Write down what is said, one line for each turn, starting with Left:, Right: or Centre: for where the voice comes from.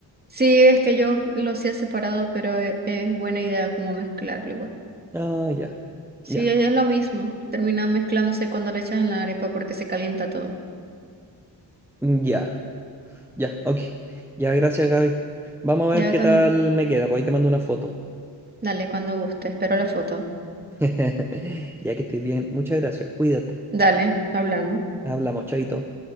Right: Sí, es que yo lo hacía separado, pero e- es, buena idea como mezclarlo igual.
Centre: Ah, ya.
Right: Sí,
Centre: Ya.
Right: es es lo mismo. Termina mezclándose cuando le echas en la arepa porque se calienta todo.
Centre: Ya. Ya, ok. Ya, gracias, Gaby. Vamos a
Right: Ya
Centre: ver qué
Right: con.
Centre: tal me queda, pues ahí te mando una foto.
Right: Dale, cuando guste. Espero la foto.
Centre: <laughs> Ya que estés bien. Muchas gracias, cuídate.
Right: Dale, hablamos.
Centre: Hablamos, chaito.